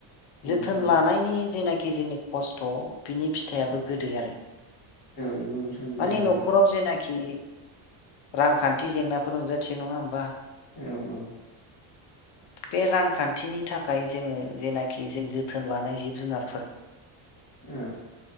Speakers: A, on the left (about 40°); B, on the left (about 60°).
A: औ
B: जोथोन
A: औ
B: लानायनि जेनाखि जोंनि खस्थ' बिनि फिथाइयाबो
A: औ
B: गोदै आरो
A: नंगौ नोंथां गोदैयानो
B: माने न'खराव जेना खि रांखान्थि जेंनाफोर नुजाथियो नङा होमबा?
A: औ औ।
B: बे रांखान्थिनि थाखाय जोङो जेनाखि जों जोथोन लानाय जिब जुनारफोर
A: औ।